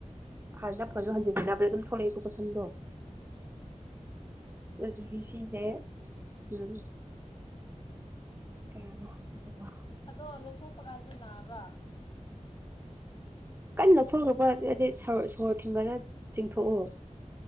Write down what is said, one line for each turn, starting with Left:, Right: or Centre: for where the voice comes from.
Right: ꯍꯥꯏꯥꯟ ꯅꯄꯁꯨ ꯍꯟꯖꯤꯟꯁ ꯅꯄꯗ ꯑꯗꯨꯝ ꯊꯣꯛꯂꯛꯏꯀꯣ ꯁꯝꯗꯣ
Left: ꯎꯝ
Right: ꯑꯗꯨꯁꯤꯁꯦ ꯎꯝ ꯀ ꯍꯖꯤꯕ
Left: ꯑꯗꯣ ꯂꯧꯊꯣꯛꯄ ꯀꯥꯟꯗ ꯅꯥꯕ꯭ꯔꯥ
Right: ꯀꯟꯅ ꯂꯧꯊꯣꯛꯂꯄꯗꯤ ꯁꯣꯔ ꯊꯤꯡꯒꯅ ꯆꯤꯡꯊꯣꯛꯑꯣ